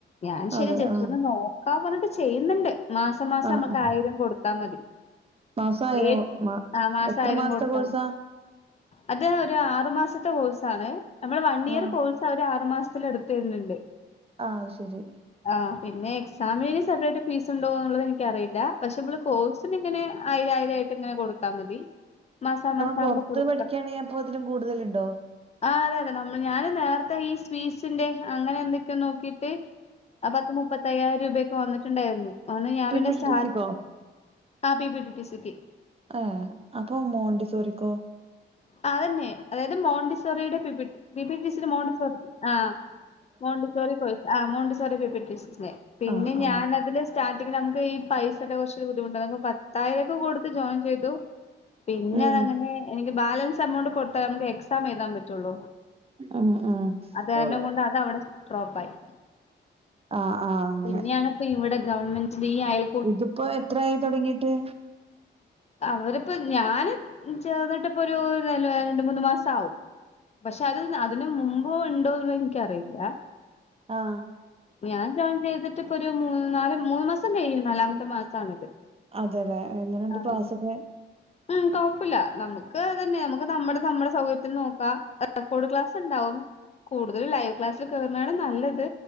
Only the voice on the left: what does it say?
ഞാൻ ശരി
ജസ്‌റ്റോന്ന്
നോക്കാ പറഞ്ഞിട്ട് ചെയ്യുന്നുണ്ട് മാസം മാസം
നമ്മക്ക്
ആയിരം കൊടുത്താ മതി
ഏഹ്
ആഹ് മാസായിരം
കൊടുത്ത
അത് ഒരു ആറു മാസത്തെ കോഴ്സാണ് നമ്മളെ വൺ ഇയർ
കോഴ്സ് അവര് ആറു മാസത്തില് എടുത്തരുന്നുണ്ട്
ആഹ് പിന്നെ എക്സാമിനിനി സെപ്പറേറ്റ് ഫീസ് ഉണ്ടോന്നുള്ളത് എനിക്കറിയില്ല പക്ഷെ മ്മള് കോഴ്സ് പിന്നിങ്ങനെ ആയിരയിരായിട്ടിങ്ങനെ കൊടുത്താ മതി മാസാ മാസം
ആകുമ്പോ കൊടുക്കാം
ആഹ് അതെ അതെ നമ്മള് ഞാന് നേരത്തെ ഈ സ്വീസിന്റെ അങ്ങനെ എന്തൊക്ക്യോ നോക്കിട്ട് ആഹ് പത്ത് മുപ്പത്തയ്യായിരം രൂപൊക്കെ വന്നിട്ടുണ്ടായിരുന്നു അന്ന് ഞാൻ
പിന്നെ
സ്റ്റാർ
ആഹ് പി പി ടി ടി സിക്കി
അതന്നെ അതായത് മോണ്ടിസോറിയുടെ P P P T T സീടെ മോണ്ടിസോറി ആഹ് മോണ്ടിസോറി കോഴ്സ് ആഹ് Montessori P P T T സിനെ പിന്നെ
ഞാനതില് സ്റ്റാർട്ടിങ് നമ്മുക്ക് ഈ പൈസേടെ കൊറച്ച് ബുദ്ധിമുട്ടതൊക്കെ പറ പത്തായിരൊക്കെ കൊടുത്ത് ജോയിൻ ചെയ്തു പിന്നെ
അതങ്ങനെ എനിക്ക് ബാലൻസ് എമൗണ്ട് കൊടുത്ത നമ്മുക്ക് എക്സാം എഴുതാൻ പറ്റുള്ളൂ
അതാരണം
കൊണ്ട് അതവടെ വെച്ച് ഡ്രോപ്പായി
പിന്നെയാണ് ഇപ്പ ഇവടെ ഗവൺമെന്റിന്റെ ഈ അയൽ
അവരിപ്പ ഞാന് ചേർന്നിട്ടിപ്പൊ ഒരു രണ്ട് മൂന്ന് മാസം ആവും പക്ഷെ അത് അതിന് മുമ്പ് ഇണ്ടോ എന്നുള്ളത് എനിക്കറിയില്ല
ഞാൻ ജോയിൻ ചെയ്തിട്ടിപ്പൊരു മൂന്ന് നാല് മൂന്ന് മാസം കഴിയും നാലാമത്തെ മാസാണിത്
ആഹ്
ഉം കൊഴപ്പില്ല നമ്മുക്ക് ക്കാത് തന്നെയാ നമ്മുടെ നമ്മുടെ സൗകര്യത്തിന് നോക്കാ റെക്കോഡ് ക്ലാസ് ഇണ്ടാവും കൂടുതല് ലൈവ് ക്ലാസ്സില് കേറുന്നതാണ് നല്ലത്